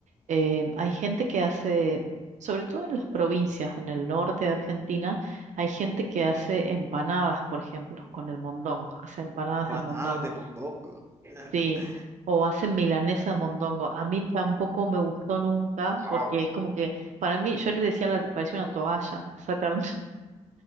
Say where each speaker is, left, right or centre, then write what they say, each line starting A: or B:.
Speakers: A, on the right (about 70°); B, on the right (about 20°).
A: eh, hay gente que hace, sobre todo en las provincias, en el norte de Argentina, hay gente que hace empanadas, por ejemplo, con el mondongo, hace empanadas
B: Empanadas
A: de mondongo,
B: de mondongo. <laughs>
A: sí, o hacen milanesa de mondongo. A mí tampoco me gustó nunca,
B: Wow.
A: porque es como que, para mí, yo les decía, la, parece una toalla, esa carne, <laughs>